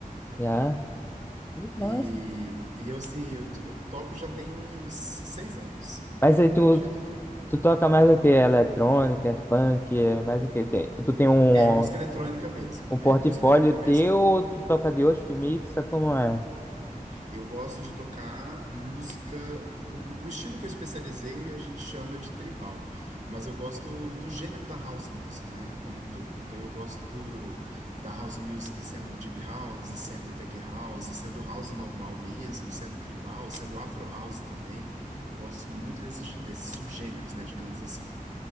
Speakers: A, on the left; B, on the right.
A: Já. Que Massa.
B: E, e eu, assim, eu, eu toco já tem uns seis anos
A: Mas
B: que
A: aí
B: eu
A: tu,
B: aprendi a tocar.
A: tu toca mais o quê? Eletrônica, é funk, é mais o quê? Tem, tu tem um,
B: É música eletrônica mesmo,
A: um portfólio
B: é música eletrônica mesmo.
A: teu ou tu toca de outro, tu mixa, como é?
B: Eu gosto de tocar música. O, o estilo que eu especializei a gente chama de tribal, mas eu gosto do gênero da house music, né, como um todo. Então eu gosto do da house music sendo deep house, sendo tech house, sendo house normal mesmo, sendo tribal, sendo afro house também. Eu gosto muito desses, gê- desses subgêneros, né, digamos assim.